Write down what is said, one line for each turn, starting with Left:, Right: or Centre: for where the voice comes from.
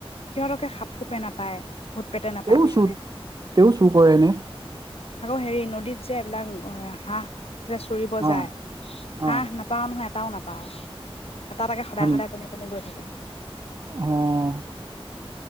Left: সিহঁতকে খাপ খোপে নাপায়। ভূত পেটে নাপায়
Right: তেওঁ
Left: বুজিছা
Right: চুৰ
Left: নে,
Right: তেওঁ চুৰ কৰে এনে
Left: আকৌ' হেৰি নদীত যে এইবিলাক হাঁহ, যে চৰিব
Right: অ
Left: যায় হাঁ
Right: অ
Left: নাপাওঁ নহয় এটাও নাপাওঁ। এটা এটাকে সদাই
Right: হয় নেকি
Left: সদাই কমি কমি গৈ থাকে।
Right: অ'।